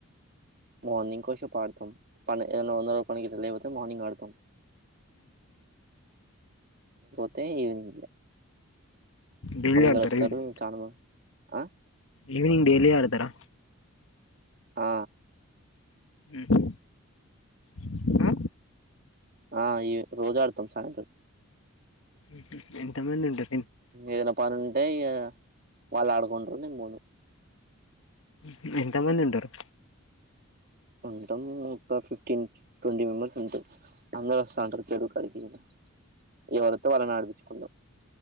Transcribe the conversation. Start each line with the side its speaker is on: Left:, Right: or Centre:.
Right: మార్నింగ్ కో షో ఆడతాం పని ఏదైనా వంద రూపాయ పనికి ఇట్లా లేకపోతే మార్నింగ్ ఆడతాం ఎహె ఈవినింగే
Left: డైలీ
Right: అందరొస్తరు
Left: ఆడతారా ఈవినింగ్
Right: చాలామంది ఆ
Left: ఈవనింగ్ డైలీ ఆడతరా
Right: ఆ
Left: ఉహు ఇంకా
Right: ఆ ఈ రోజు ఆడుతం సాయంత్రం
Left: ఉహు ఎంత మంది ఉంటరు
Right: ఏదైనా పని ఉంటే ఇక వాళ్ళు ఆడుకుంటరు నేను పోను
Left: ఉహు ఎంతమంది ఉంటరు
Right: ఉంటం ఒక ఫిఫ్టీన్ ట్వంటీ మెంబెర్స్ ఉంటరు అందరు వస్తాంటరు చెరువు కాడికి ఇంకా ఎవ్వలొత్తే వాళ్ళని ఆడిపించుకుంటం